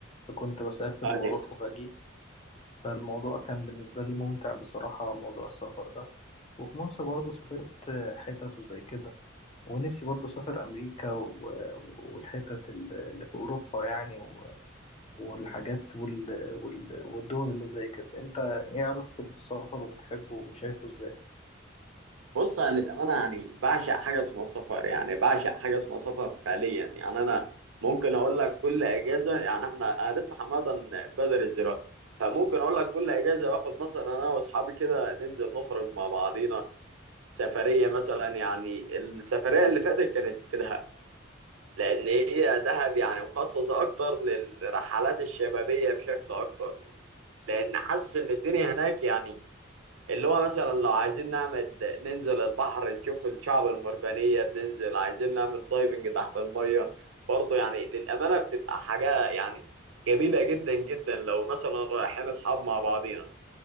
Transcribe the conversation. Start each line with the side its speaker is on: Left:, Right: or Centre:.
Left: فكنت بسافر
Right: طيب
Left: واروح وباجي فالموضوع كان بالنسبة لي ممتع بصراحة موضوع السفر ده وفي مصر برضو سافرت حتت وزي كده ونفسي برضو أسافر أمريكا و- والحتت اللي في أوروبا يعني و- والحاجات وال- وال- والدول اللي زي كده أنت إيه علاقتك بالسفر وبتحبه وشايفه إزاي؟
Right: بص انا للامانه يعني بعشق حاجه اسمها سفر يعني بعشق حاجه اسمها سفر فعليا يعني انا ممكن اقول لك كل اجازه يعني احنا انا لسه حمادا بدرس دلوقتي فممكن اقول لك كل اجازه باخد مثلا انا واصحابي كده ننزل نخرج مع بعضينا سفريه مثلا يعني السفريه اللي فاتت كانت في دهب لان هي دهب يعني مخصصه اكتر للرحلات الشبابيه بشكل اكتر لان حاسس ان الدنيا هناك يعني اللي هو مثلا لو عايزين نعمل ننزل البحر نشوف الشعب المرجانية بننزل عايزين نعمل دايفنج تحت المية برضه يعني للأمانة بتبقى حاجة يعني جميلة جدا جدا لو مثلا رايحين أصحاب مع بعضينا